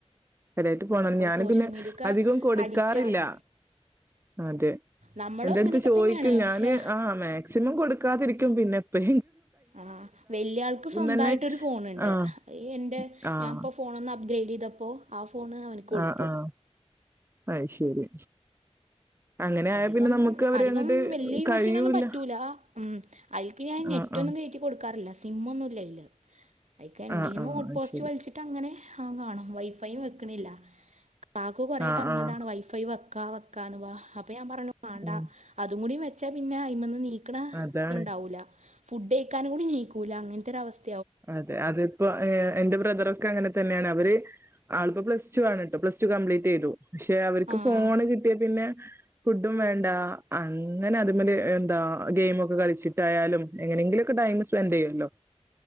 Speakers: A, on the right; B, on the right.
A: അരായിട്ട് പോണം
B: ഇപ്പോൾ
A: ഞാന്
B: സോഷ്യൽ
A: പിന്നെ
B: മീഡിയക്ക്
A: അധികം കൊടുക്കാറില്ല
B: അഡിക്റ്റാണ്
A: അതെ
B: നമ്മളും
A: എന്റെ
B: അങ്ങനെയൊക്കെ
A: അടുത്ത് ചോദിക്കും
B: തന്നെയാണ് പക്ഷേ
A: ഞാന് ആ മാക്സിമം കൊടുക്കാതിരിക്ക ട്ടും പിന്നെ ഏപ്പഴ്
B: ആ വല്ല്യായാൾക്ക് സ്വന്തായിട്ടൊരു
A: തന്നെ
B: ഫോണ് ഉണ്ട്
A: ആഹ്
B: എൻ്റെ
A: ആഹ്
B: ഞാ ഇപ്പോ ഫോണന്ന അപ്പ് ഗ്രേഡ് ചെയ്തപ്പോ ആഫ് ഫോണ് അവനിക്ക് കൊടുത്തു
A: ആഹ് ആഹ് അത് ശരി അങ്ങനെ
B: അധികം
A: ആയാ പിന്നെ നമുക്ക് അവരെ
B: അധികം
A: അങ്ങട്ട്
B: വല്ല്യയ യൂസ്
A: കഴിയൂല്ല
B: ചെയ്യുന്നൊന്നും പറ്റൂല ഉം അതിക്ക് ഞാൻ നെറ്റൊന്നും
A: ആഹ് ആഹ്
B: കയറ്റി കൊടുക്കാറില്ല സിം ഒന്നും ഇല്ല അയില് ഐക്ക് എൻ്റേന്ന്
A: ആഹ് ആഹ്
B: ഹോസ്
A: അത്
B: പോർട്ട്
A: ശരി
B: വലിച്ചിട്ട് അങ്ങനെ ആ കാണാം വൈഫൈയും വെ ക്കണ് ഇല്ല കാക്കു കൊറ
A: ആഹ്
B: പറഞ്ഞതാണ്
A: ആഹ്
B: വൈഫൈ വെ കാവക്കാണ് വാ അപ്പൊ ഞാൻ പറഞ്ഞു വേണ്ടാ
A: ഉം
B: അതുംകൂടി വെ ച്ച പിന്നെ അയ്മമ്മന്ന് നീ
A: അതാണ്
B: ണ്ടവൂല്ല ഫുഡ്ക്കാനും കൂടി നീക്കൂലക്കനെ ഇര അവസ്ഥ
A: അതെ അതെ ഇപ്പൊ എന്റെ ബ്രദറൊക്കെ അങ്ങനെ തന്നെയാണ് അവര് ആളിപ്പോൾ പ്ലസ് ടു ആണ് കേട്ടോ പ്ലസ് ടു കംപ്ലീറ്റ് ചെയ്തു പക്ഷെ അവർക്ക്
B: ആഹ്
A: ഫോണ് കിട്ടിയ പിന്നെ ഫുഡും വേണ്ട അങ്ങനെ അതു മേല് എന്താ ഗെയിമൊഒക്കെ കളിച്ചിട്ടായാലും എങ്ങനെങ്കിലും ഓക്കെ ടൈം സ്പെൻഡ് ചെയ്യുമല്ലോ